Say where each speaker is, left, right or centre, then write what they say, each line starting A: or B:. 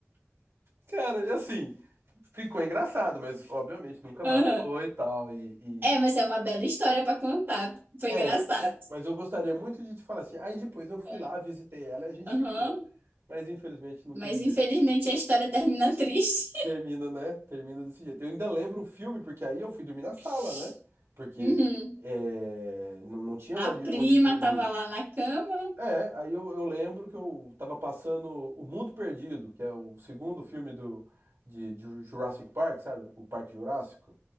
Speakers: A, on the right; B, on the right.
A: Cara, e assim, ficou engraçado, mas obviamente nunca mais
B: Aham.
A: rolou e tal. E,
B: É,
A: e-
B: mas é uma bela história pra contar. Foi
A: É,
B: engraçado.
A: mas eu gostaria muito de te falar assim. Aí depois eu fui
B: É.
A: lá, visitei ela e a gente
B: Aham.
A: ficou. Mas infelizmente não
B: Mas
A: teve
B: infelizmente
A: jeito.
B: a história termina triste.
A: Termina, né? Termina desse jeito. Eu ainda lembro o filme, porque aí eu fui dormir na sala,
B: <laughs>
A: né? Porque
B: Uhum.
A: é, não, não tinha
B: A
A: onde,
B: prima
A: onde dormir.
B: tava lá na cama.
A: É, aí eu, eu lembro que eu tava passando O Mundo Perdido, que é o segundo filme do, de, de Jurassic Park, sabe? O Parque Jurássico.